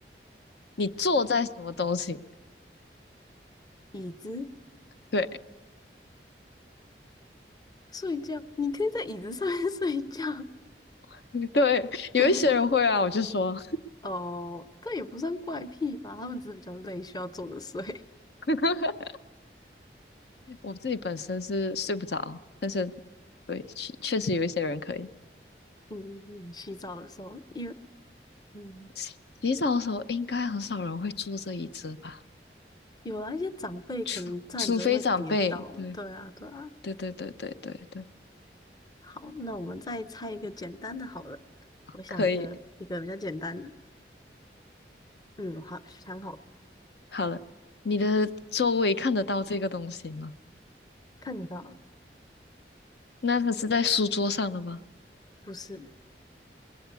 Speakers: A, on the left; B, on the left.
A: 你坐在什么东西？
B: 椅子、
A: 对
B: 睡觉，你可以在椅子上面 <laughs> 睡觉。
A: <laughs> 对，有一些人会啊，
B: <laughs>
A: 我就说，
B: 哦，但也不算怪癖吧，他们只是比较累，需要坐着睡。
A: <laughs> 我自己本身是睡不着，但是对，确确实有一些人可以。
B: <laughs> 嗯，洗澡的时候，因为嗯，
A: 洗洗澡的时候应该很少人会坐这椅子吧？
B: 有啊，一些长辈可能站着会跌倒。
A: 除除非长辈。对
B: 对啊，对啊。
A: 对对对对对对，
B: 好，那我们再猜一个简单的好了。我想一个一个比较简单的。
A: 可以。
B: 嗯，好，想好了
A: 好了，你的周围看得到这个东西吗？
B: 看得到啊
A: 那它是在书桌上的吗？
B: 不是，